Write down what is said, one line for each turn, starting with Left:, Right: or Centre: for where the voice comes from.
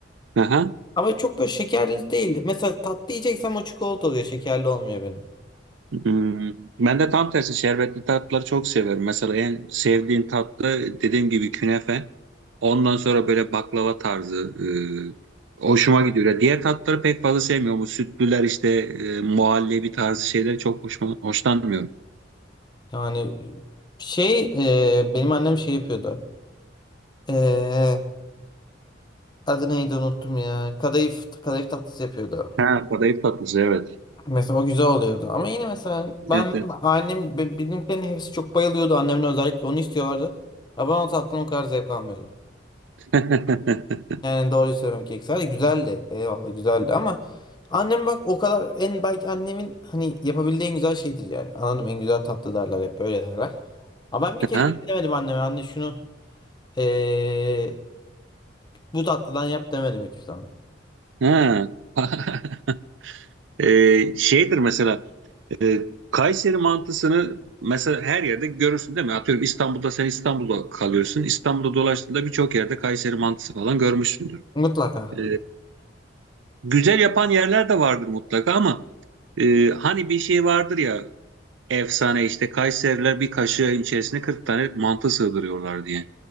Right: Aha.
Left: Ama çok böyle şekerli değil. Mesela tatlı yiyeceksem o çikolata oluyor. Şekerli olmuyor benim.
Right: Hmm. Ben de tam tersi şerbetli tatlıları çok severim. Mesela en sevdiğim tatlı dediğim gibi künefe. Ondan sonra böyle baklava tarzı e, hoşuma gidiyor. Ya diğer tatlıları pek fazla sevmiyorum. Bu sütlüler işte e, muhallebi tarzı şeyleri çok hoşuma, hoşlanmıyorum.
Left: Yani şey e, benim annem şey yapıyordu. E, adı neydi unuttum ya. Kadayıf, kadayıf tatlısı yapıyordu.
Right: Ha, kadayıf tatlısı evet.
Left: Mesela o güzel oluyordu. Ama yine mesela ben
Right: Evet,
Left: benim annem be- benimkilerin hepsi çok bayılıyordu. Annemle özellikle onu istiyorlardı. Ama ben o tatlıdan o kadar zevk almıyordum.
Right: evet. <laughs>
Left: Yani doğruyu söylemek gerekirse hadi güzeldi. Eyvallah güzeldi ama annem bak o kadar en belki annemin hani yapabildiği en güzel şeydir yani. Anladım en güzel tatlı derler hep böyle derler. Ama ben bir kere
Right: Ha?
Left: bile demedim anneme anne şunu eee, bu tatlıdan yap demedim hiçbir zaman.
Right: Ha. <laughs> Ee, şeydir mesela e, Kayseri mantısını mesela her yerde görürsün değil mi? Atıyorum İstanbul'da sen İstanbul'da kalıyorsun. İstanbul'da dolaştığında birçok yerde Kayseri mantısı falan görmüşsündür.
Left: Mutlaka.
Right: Ee, güzel yapan yerler de vardır mutlaka ama e, hani bir şey vardır ya efsane işte Kayseriler bir kaşığın içerisine 40 tane mantı sığdırıyorlar diye.